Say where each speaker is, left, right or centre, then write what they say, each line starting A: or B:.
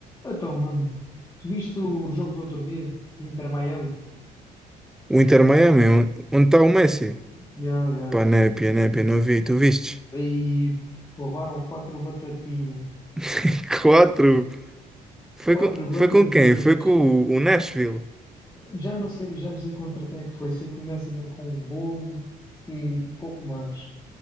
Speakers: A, on the left; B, in the centre.
A: Então, mano, tu viste o jogo do outro dia, no Inter Miami?
B: O Inter Miami, onde está o Messi?
A: Ya, ya,
B: Pá,
A: ya.
B: népia, népia, não vi, tu viste?
A: Aí levaram quatro batatinhas.
B: <laughs> Quatro. Foi
A: Quatro
B: com,
A: batatinhas.
B: foi com quem? Foi com o, o Nashville.
A: Já não sei, já não sei contra quem é que foi. Sei que o Messi marcou um golo e pouco mais.